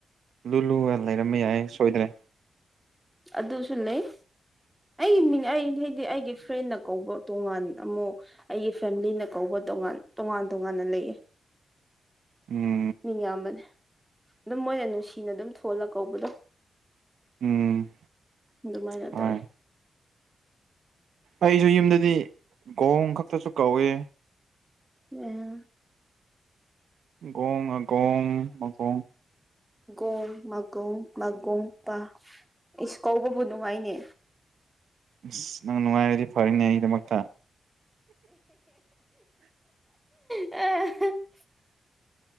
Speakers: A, on the right; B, in the centre.
A: ꯂꯨ ꯂꯨꯨꯔ ꯂꯩꯔꯝꯕ ꯌꯥꯏ ꯁꯣꯏꯗ꯭ꯔꯦ
B: ꯑꯗꯨꯁꯨ ꯂꯩ ꯑꯩꯒꯤ ꯃꯤꯡ ꯑꯩ ꯗꯤ ꯑꯩꯒꯤ ꯐ꯭ꯔꯦꯟꯅ ꯀꯧꯕ ꯇꯣꯉꯥꯟ ꯑꯃꯨꯛ ꯑꯩꯒꯤ ꯐꯦꯃꯤꯂꯤꯅ ꯀꯧꯕ ꯇꯣꯉꯥꯟ ꯇꯣꯉꯥꯟ ꯇꯣꯉꯥꯟꯅ ꯂꯩꯌꯦ
A: ꯎꯝ
B: ꯃꯤꯡ ꯌꯥꯝꯕꯅꯦ ꯑꯗꯨꯝ ꯃꯣꯏꯅ ꯅꯨꯡꯁꯤꯅ ꯑꯗꯨꯝ ꯊꯣꯜꯂ ꯀꯧꯕꯗꯣ
A: ꯎꯝ
B: ꯑꯗꯨꯃꯥꯏꯅ
A: ꯍꯣꯏ
B: ꯇꯧꯋꯦ
A: ꯑꯩꯁꯨ ꯌꯨꯝꯗꯗꯤ ꯒꯣꯡ ꯈꯛꯇꯁꯨ ꯀꯧꯏ
B: ꯑ
A: ꯑꯒꯣꯡ ꯑꯒꯣꯡ ꯑꯒꯣꯡ
B: ꯣꯡ ꯃꯒꯣꯡ ꯃꯒꯣꯡ ꯄ ꯑꯩꯁꯨ ꯀꯥꯎꯕꯕꯨ ꯅꯨꯡꯉꯥꯏꯅꯦ
A: ꯑꯁ ꯅꯪ ꯅꯨꯡꯉꯥꯏꯔꯗꯤ ꯐꯔꯅꯦ ꯑꯩꯒꯤꯗꯃꯛꯇ
B: ꯑ <unintelligible>